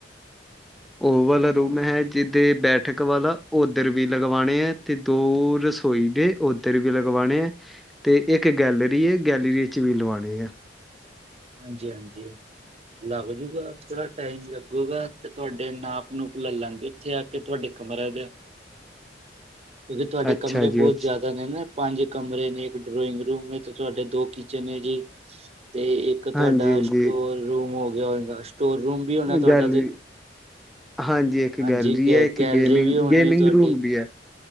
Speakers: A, in the centre; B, on the right.
A: ਉਹ ਵਾਲਾ ਰੂਮ ਹੈ ਜਿਦੇ ਬੈਠਕ ਵਾਲਾ ਉਧਰ ਵੀ ਲਗਵਾਣੇ ਹੈ ਤੇ ਦੋ ਰਸੋਈ ਦੇ ਉੱਧਰ ਵੀ ਲਗਵਾਉਣੇ ਹੈ ਅਤੇ ਇੱਕ ਗਲਰੀ ਹੈ ਗਲਰੀ ' ਵੀ ਲਵਾਉਣੇ ਹੈ
B: ਹਾਂਜੀ ਹਾਂਜੀ ਲੱਗ ਜੂਗਾ ਥੋੜਾ ਟਾਈਮ ਲੱਗੂਗਾ ਤੇ ਤੁਹਾਡੇ ਨਾਪ ਨੂੰੂਪ ਲੈ ਲਾਂਗੇ ਇੱਥੇ ਆ ਕੇ ਤੁਹਾਡੇ ਕਮਰ ਦੇ ਕਿਉਂਕਿ ਤੁਹਾਡੇ
A: ਅੱਛਾ
B: ਕਮਰੇ
A: ਜੀ
B: ਬਹੁਤ
A: ਅੱਛਾ
B: ਜ਼ਿਆਦਾ ਨੇ ਨਾ। ਪੰਜ ਕਮਰੇ ਨੇ ਇੱਕ ਡਰੋਇੰਗ ਰੂਮ ਤੇ ਤੁਹਾਡੇ ਦੋ ਕਿਚਨ ਨੇ ਜੀ ਤੇ ਤੁਹਾਡਾ
A: ਹਾਂਜੀ ਹਾਂਜੀ
B: ਸਟੋਰ ਰੂਮ ਹੋ ਗਿਆ ਹੋਏਗਾ ਸਟੋਰ ਰੂਮ ਵੀ ਹੋਣਾ ਤੁਹਾਡਾ
A: ਗੈਲਰੀ
B: ਤੇ?
A: ਹਾਂਜੀ, ਇੱਕ
B: ਹਾਂਜੀ
A: ਗੈਲਰੀ
B: ਗੈ
A: ਹੈ ਇੱਕ
B: ਗੈਲਰੀ
A: ਗੇਮਿੰਗ
B: ਵੀ ਹੋਣੀ
A: ਗੇਮਿੰਗ
B: ਹੈ ਤੁਹਾਡੀ
A: ਰੂਮ ਵੀ ਹੈ।